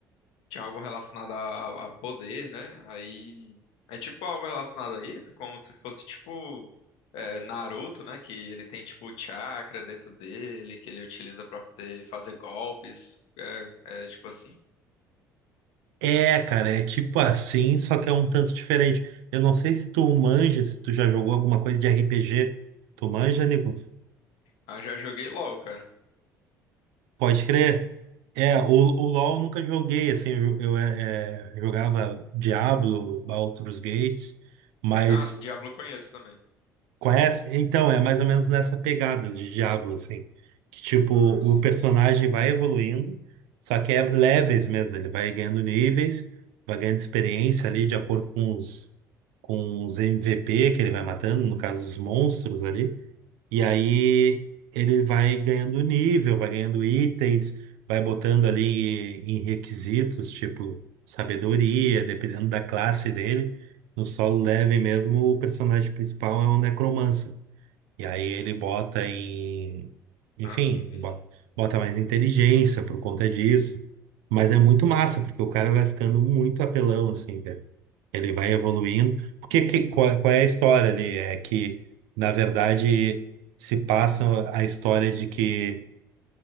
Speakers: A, on the left (about 65°); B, on the right (about 65°).
A: tinha algo relacionado a, a a poder, né? Aí... É tipo algo relacionado a isso, como se fosse, tipo, é, Naruto, né? Que ele tem, tipo, o chakra dentro dele, que ele utiliza pra poder fazer golpes. É, é tipo assim.
B: É, cara, é tipo assim, só que é um tanto diferente. Eu não sei se tu manja, se tu já jogou alguma coisa de RPG. Tu manja, Nicolas?
A: Ah, já joguei LOL, cara.
B: Pode crer. É, o, o LoL eu nunca joguei, assim, eu, eu, é, é, jogava Diablo, Baldur's Gates, mas
A: Ah, esse Diablo eu conheço também.
B: Conhece? Então, é mais ou menos nessa pegada de Diablo, assim. Que, tipo,
A: Ah,
B: o
A: sim.
B: personagem vai evoluindo, só que é levels mesmo. Ele vai ganhando níveis, vai ganhando experiência ali, de acordo com os, com os MVP que ele vai matando, no caso, os monstros ali. E aí ele vai ganhando nível, vai ganhando itens, vai botando ali em requisitos, tipo sabedoria, dependendo da classe dele. No solo leve mesmo, o personagem principal é um necromancer. E aí ele bota em. Enfim,
A: Ah, sim, entendi.
B: bota, bota mais inteligência por conta disso. Mas é muito massa, porque o cara vai ficando muito apelão, assim, cara. Ele vai evoluindo. Porque que, qual, qual é a história ali? É que, na verdade, se passa a história de que